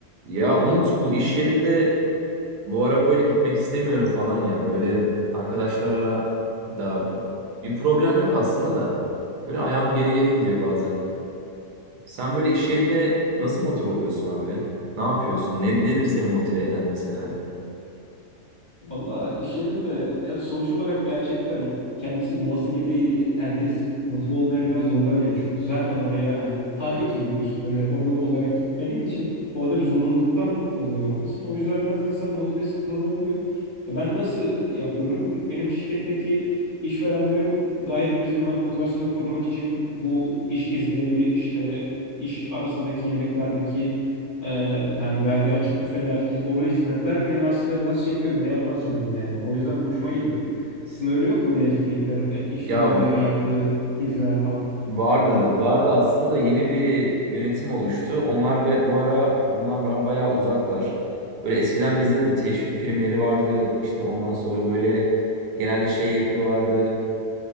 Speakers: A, on the right (about 85°); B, on the left (about 40°).
A: Ya Umut bu iş yerinde bu ara böyle gitmek istemiyorum falan ya. Böyle arkadaşlarla da bir problem yok aslında da. Böyle ayağım geri geri gidiyor bazen. Sen böyle iş yerinde nasıl motive oluyorsun abi? Ne yapıyorsun? Ne, nedir seni motive eden mesela?
B: Valla iş yerinde e, sonuç olarak gerçekten kendisi doğası gereği herkes motive olmaya biraz zorlanıyor. Çünkü zaten oraya hani para için gidiyorsun öyle hobi olarak gitmediğin için orada bir zorunluluktan dolayı oradasın. O yüzden biraz insan motivesi kırılabiliyor. E, Ben nasıl yapıyorum? Benim şirketteki işverenlerim gayet bizim hani motivasyonu korumak için bu iş gezileri işte iş arasındaki yemeklerdeki ee, hani verdiği açık büfeler, hi- oru hizmetler beni aslında biraz çekiyor. Ne yalan söyleyeyim yani. O yüzden hoşuma gidiyor. Sizin öyle yok mu öyle etkinlikler, yani işverenlerin
A: Ya
B: yaptığı geziler falan?
A: vardı, vardı aslında yeni bir yönetim oluştu. Onlar be- bu ara bundan ba- bayağı uzaklar. Böyle eskiden bizde de bir teşvik primleri vardı. İşte ondan sonra böyle genelde şey yapıyorlardı.